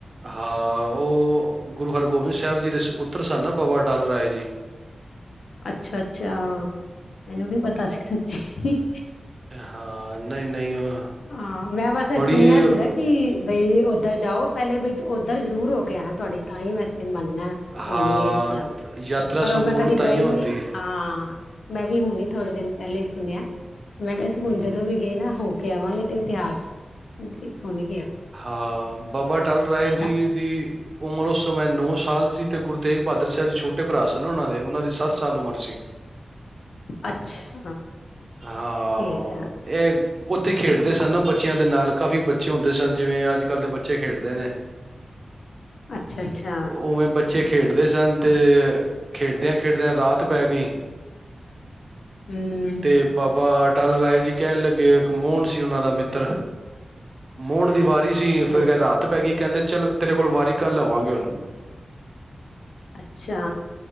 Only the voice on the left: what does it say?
ਅੱਛਾ-ਅੱਛਾ ਮੈਨੂੰ ਨਹੀ ਪਤਾ ਸੀ ਸੱਚੀ
ਹਾਂ, ਮੈਂ ਬਸ ਇਹ
ਸੁਣਿਆ ਸੀਗਾ ਕਿ ਬਈ ਉੱਧਰ ਜਾਓ, ਪਹਿਲੇ ਬਈ ਉੱਧਰ ਜਰੂਰ ਹੋ ਕੇ ਆਣਾ, ਤੁਹਾਡੀ ਤਾਂ ਹੀ ਵੈਸੇ ਤੇ ਮੰਨਣਾ ਹੋਣੀ
ਏ ਮਤਲਬ
ਪਰ
ਉਹ ਮੈਂ ਕਦੀ
ਗਈ
ਨੀ
ਹਾਂ। ਮੈਂ ਵੀ ਹੁਣੀ ਥੋੜੇ ਦਿਨ ਪਹਿਲੇ ਹੀ ਸੁਣਿਆ ਤੇ ਮੈਂ ਕਿਹਾ ਸੀ, ਹੁਣ
ਜਦੋਂ ਵੀ ਗਏ ਨਾ ਉਹ ਕੇ ਆਵਾਂਗੇ ਤੇ ਇਤਿਹਾਸ ਦੀ ਸੋਹਣੀ
ਦਾ
ਅੱਛਾ
ਠੀਕ ਹੈ
ਅੱਛਾ-ਅੱਛਾ
ਹੂੰ
ਅੱਛਾ
ਅੱਛਾ,